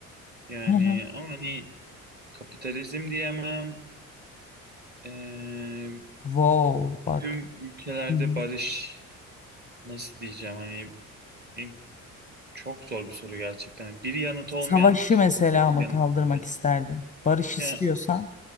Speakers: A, on the right; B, on the left.
A: Yani
B: Hı hı.
A: ama hani kapitalizm diyemem. Eee,
B: Wow bak.
A: tüm ülkelerde
B: Hı hı.
A: barış nasıl diyeceğim hani in- çok zor bir soru gerçekten. Hani Bir yanıt olmayan
B: Savaşı
A: kesinlikle
B: mesela
A: bir
B: mı
A: Hmm. yanıt
B: kaldırmak
A: olmayan.
B: isterdin? Barış istiyorsan.
A: Ya,